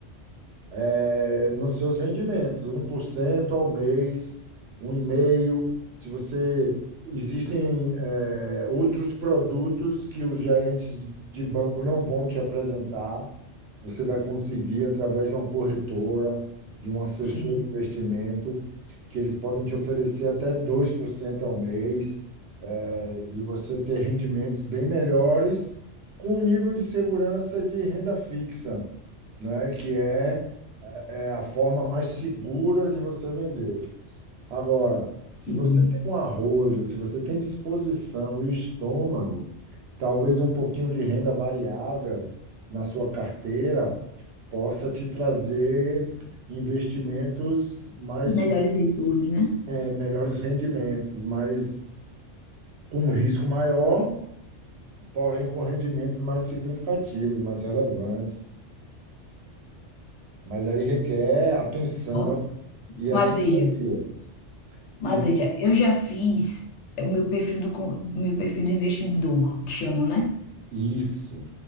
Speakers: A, on the right; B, on the left.
A: eh, nos seus rendimentos, um por cento ao mês, um 1,5%. Se você. Existem, eh, outros produtos que os gerentes de de banco não vão te apresentar, você vai conseguir através de uma corretora, de um assessor
B: sim,
A: de investimento, que eles podem te oferecer até 2% ao mês e você ter rendimentos bem melhores com o nível de segurança de renda fixa, né? Que é, é é a forma mais segura de você vender. Agora, se
B: entendi.
A: você tem um arrojo, se você tem disposição e estômago, talvez um pouquinho de renda variável na sua carteira possa te trazer investimentos mais,
B: Melhores retornos, né?
A: eh, melhores rendimentos, mas com um risco maior porém com rendimentos mais significativos, mais relevantes. Mas aí requer atenção
B: Uhum.
A: e
B: Mas
A: assessoria.
B: veja, mas
A: E
B: veja, eu já fiz é, o meu perfil do co- meu perfil do investidor, que chamam, né?
A: isso.